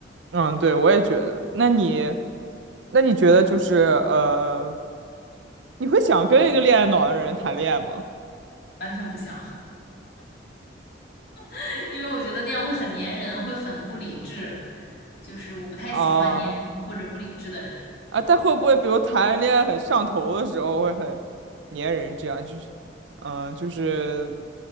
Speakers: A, on the right; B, on the left.
A: 嗯，对，我也觉得。那你，那你觉得就是呃，你会想跟一个恋爱脑的人谈恋爱吗？
B: 完全不想，<laughs> 因为我觉得那样会很粘人，会很不理智，就是我不太喜欢粘人或者不理智的人
A: 啊、啊，但会不会比如谈恋爱很上头的时候会很粘人，这样就是，嗯，就是